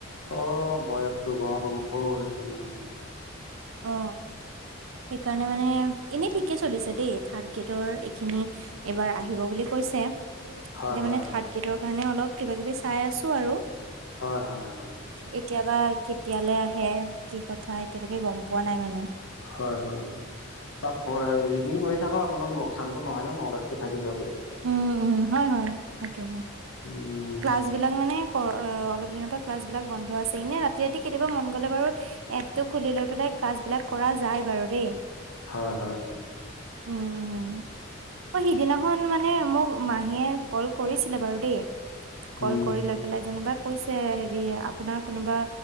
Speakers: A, on the left (about 85°); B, on the right (about 75°).
A: অ বয়সটো গত অনুস হৈছে নহয়
B: অ সেইকাৰণে মানে এনেই ঠিকে চলিছে দেই থাৰ্ড গ্ৰেডৰ এইখিনি এইবাৰ আহিব বুলি কৈছে এতিয়া
A: হয় হয়
B: মানে থাৰড
A: অঁ
B: গ্ৰেডৰ কাৰণে অলপ কিবা কিবি চাই আছো আৰু
A: হয় হয় অঁ
B: এতিয়া বা কেতিয়ালৈ আহে কি কথা এতিয়ালৈকে গম পোৱা নাই মানে
A: হয় হয় হয় ৰিডিং কৰি থাকক আপোনাৰ লোকচানতো নহয় ন নলেজটো থাকি যাব
B: উম উম হয় হয় সেইটো
A: উম
B: ক্লাছ বিলাক মানে অলপ দিনৰ পৰা ক্লাছ বিলাক বন্ধ আছে এনে ৰাতি ৰাতি কেতিয়াবা মন গ'লে বাৰু এপটো খুলি লৈ পেলাই ক্লাছ বিলাক কৰা যায় বাৰু দেই
A: হয় হয়
B: উম উম অ সিদিনাখন মানে মোক মাহীয়ে কল কৰিছিলে বাৰু দেই কল
A: উম
B: কৰি লৈ পেলাই যেনিবা কৈছে হেৰি আপোনাৰ কোনোবা